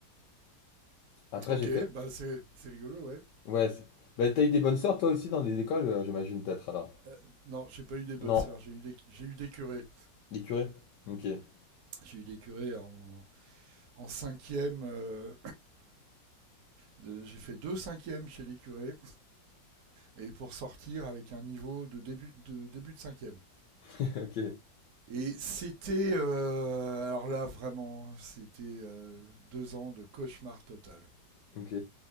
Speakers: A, on the left; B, on the right.
A: Après,
B: Ok,
A: j'ai fait...
B: bah c'est c'est rigolo, ouais.
A: Ouais, c'est- bah, t'as eu des bonnes sœurs toi aussi dans des écoles, euh, j'imagine peut-être alors.
B: Euh, non, j'ai pas eu des bonnes
A: Non?
B: sœurs, j'ai eu des, j'ai eu des curés.
A: Les curés? Ok. <laughs>
B: J'ai eu des curés en, en cinquième, euh, de- j'ai fait deux cinquièmes chez les curés, et pour sortir avec un niveau de début de, début de cinquième.
A: Ok.
B: Et c'était, euh, alors là vraiment, c'était euh, deux ans de cauchemar total.
A: Ok.